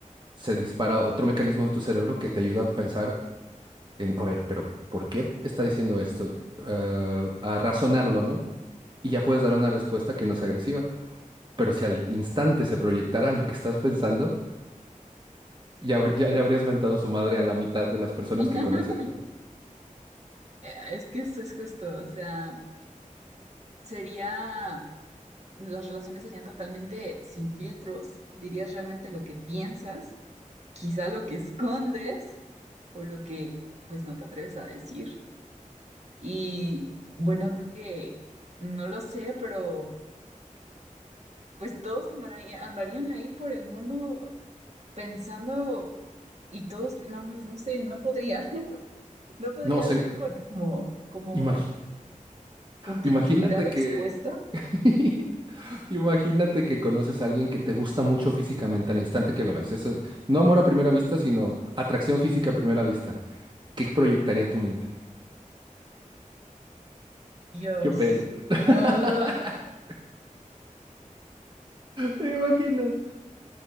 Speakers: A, on the right; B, on the right.
A: se dispara otro mecanismo de tu cerebro que te ayuda a pensar en, a ver, pero ¿por qué está diciendo esto? Ah, a razonarlo, ¿no? Y ya puedes dar una respuesta que no sea agresiva. Pero si al instante se proyectara lo que estás pensando, ya, hab- ya le habrías mentado su madre a la mitad de las personas
B: <laughs>
A: que conoces, ¿no?
B: Eh, Es que eso es justo, o sea, sería, las relaciones serían totalmente sin filtros, dirías realmente lo que piensas, quizá lo que escondes, o lo que pues no te atreves a decir. Y bueno, creo que no lo sé, pero pues todos andarían, andarían ahí por el mundo pensando y todos, no, no, no sé, no podría, <laughs> no podría
A: No, sería,
B: vivir con como, como
A: imagi-
B: con tu
A: imagínate
B: intimidad expuesta.
A: que, <laughs> imagínate que conoces a alguien que te gusta mucho físicamente al instante que lo ves. Eso, no amor a primera vista, sino atracción física a primera vista. ¿Qué proyectaría tu mente?
B: Dios,
A: Qué pena. <laughs>
B: no.
A: ¿Te imaginas?